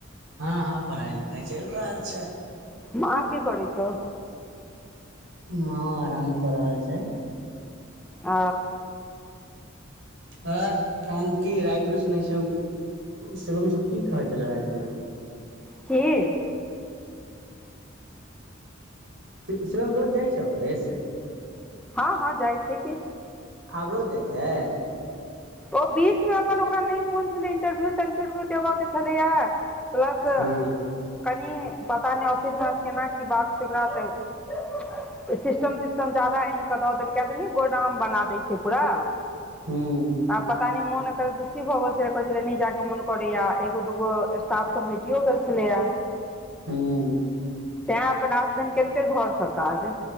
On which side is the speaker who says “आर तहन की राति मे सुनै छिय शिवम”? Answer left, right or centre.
Right